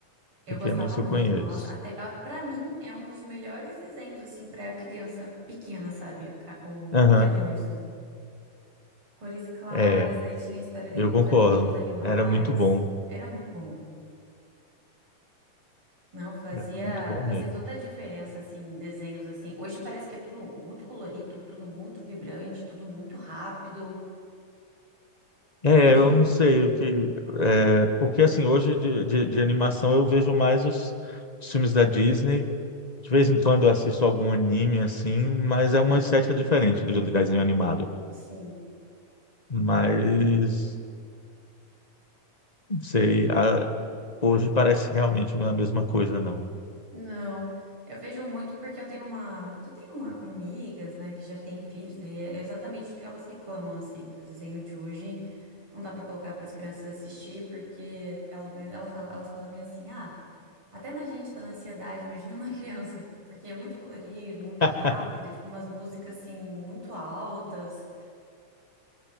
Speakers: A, on the right (about 40°); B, on the left (about 25°).
A: Eu
B: Pequeno
A: gostava
B: Urso
A: muito,
B: eu conheço.
A: nossa. Até ah, para mim é um dos melhores desenhos assim para criança pequena, sabe? Ca- O
B: Aham,
A: Pequeno Urso. Cores claras,
B: é,
A: daí tinha a história dele
B: eu
A: com
B: concordo.
A: os amiguinhos animais.
B: Era muito bom.
A: Era muito bom. Não, fazia
B: Era muito bom
A: fazia
B: mesmo.
A: toda a diferença assim, desenhos assim. Hoje parece que é tudo muito colorido, tudo muito vibrante, tudo muito rápido.
B: É,
A: Imagina?
B: eu não sei o que. é, porque assim, hoje de, de, de animação eu vejo mais os, os filmes da Disney. De vez em quando eu assisto algum anime assim, mas é uma estética diferente do do desenho animado.
A: Sim.
B: Mas, não sei, a- hoje parece que realmente não é a mesma coisa, não.
A: Não, eu vejo muito porque eu tenho uma, eu tenho uma- amigas, né, que já têm filhos, daí é exatamente o que elas reclamam, assim, que os desenhos de hoje não dá pra colocar pras crianças assistir, porque ela, me- ela fala, elas falam meio assim, ah, até na gente dá ansiedade, imagina na <laughs> criança, porque é muito colorido, muito
B: <laughs>
A: rápido, tipo umas músicas assim muito altas,